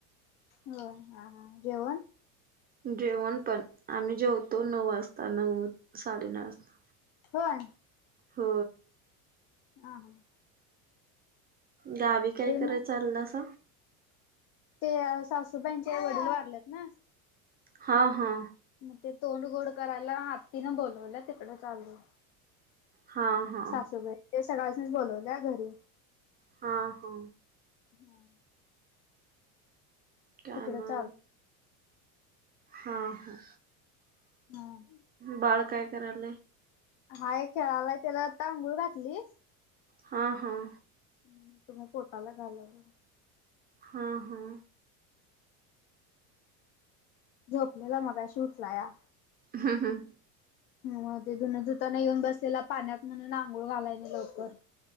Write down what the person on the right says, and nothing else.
जेवण पण आम्ही जेवतो नऊ वाजता नऊ साडेनऊ वाजता
हो
गावी काय कराय
चाललं अस
हा हा
हा हा
हा हा
कायमाने
हा हां
बाळ काय करायलय
हा हां
हा हा
हा हं